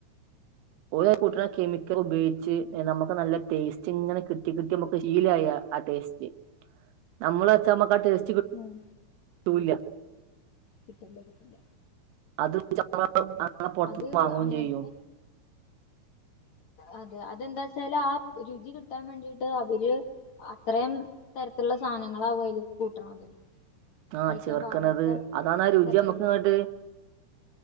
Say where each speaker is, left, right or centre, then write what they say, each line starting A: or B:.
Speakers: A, on the right (about 90°); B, on the left (about 55°).
A: ഓരാ കൂട്ടണ കെമിക്കൽ ഉപയോഗിച്ച് നമുക്ക് നല്ല ടേസ്റ്റ് ഇങ്ങനെ കിട്ടി കിട്ടി നമക്ക് ശീലായ ആ ടേസ്റ്റ്. നമ്മൾ വെച്ചാ നമക്ക് ആ ടെസ്റ്റ്.
B: ഉം
A: തൂല
B: കിട്ടേന്റെ കിട്ടില്ല
A: അത് അ പൊറത്തൂന്ന്
B: അത്
A: വാങ്ങും
B: അങ്ങനത്തെ
A: ചെയ്യും
B: അതെ അതെന്താ വച്ചാല് ആ രുചി കിട്ടാൻ വേണ്ടിട്ട് അവര് അത്രയും തരത്തിലുള്ള സാധനങ്ങളാവും അതില് കൂട്ടണത്
A: ആ
B: കഴിക്കാൻ
A: ചേർക്കുന്നത്
B: പാടാത്ത
A: അതാണ് ആ രുചിയ
B: തരത്തിലുള്ള
A: നമ്മുക്ക് അങ്ങോട്ട്